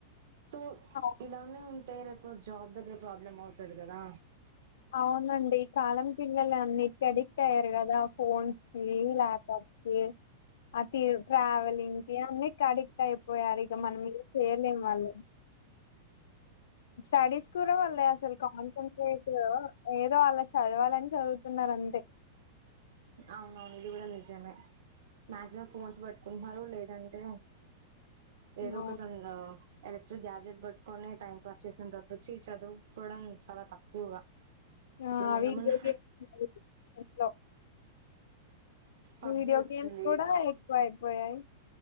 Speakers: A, on the right (about 60°); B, on the left (about 75°).
A: సో
B: అవు
A: ఇలానే ఉంటె రెప్ జాబ్ దగ్గర ప్రాబ్లమ్ అవుతుది కదా
B: అవునండి కాలం పిల్లలు అన్నిక అడిక్ట్ అయ్యారు కదా ఫోన్స్ కి ల్యాప్టాప్స్ కి ఆ ట్రావెలింగ్ కి అన్నిట్కి అడిక్ట్ అయిపోయారు ఇక మనం ఏద చేయలేము వాళ్ళు స్టడీస్ డా అసల్ కాన్సన్ంట్రేట్ ఏదో అల చదవాలని చదువుతున్నారు అంతే
A: అవునవును ఇది కూడా నిజమే మాక్సిమం ఫోన్స్ పట్టుకుంటున్నారు లేదంటే
B: హ్మ్.
A: ఏదో ఒకసంగ ఎలక్ట్రిక్ గ్యా బెట్ పట్టుకొని టైం పాస్ చేసిన త వచ్చి చదువుకోవడం చాలా తక్కువగా
B: ఆ
A: ఇప్పుడు మొన్న
B: వీడియో
A: మొన్న
B: గేమ్స్ అవి ఇంట్లో
A: పబ్జి
B: వీడియో
A: వచ్చింది
B: గేమ్స్ కూడా ఎక్కువ అయిపోయాయి